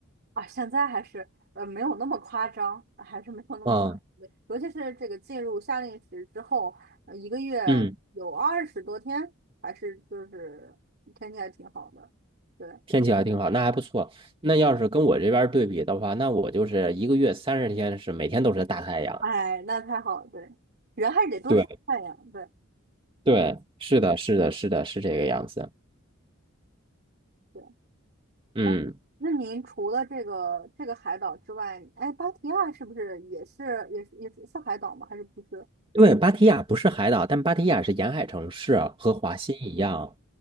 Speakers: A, on the right; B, on the right.
A: 啊，现在还是呃没有那么夸张，还是没有那么夸张的，
B: 啊，
A: 对尤其是这个进入夏令时之后，呃一个月有二十多天，
B: 嗯。
A: 还是就是天气还挺好的。对，
B: 天气还挺好，那还不错。那要是跟我这边儿对比的话，那我就是一个月三十天是每天都是大太阳。
A: 哎，那太好了，对，人还是得多晒太阳，
B: 对
A: 对
B: 对，是的，是的，是的，是这个样子。
A: 对。
B: 嗯，
A: 哎，那您除了这个这个海岛之外，哎，芭提雅是不是也是也是也是是海岛吗？还是不是？
B: 对，芭提雅不是海岛，但芭提雅是沿海城市啊，和华欣一样。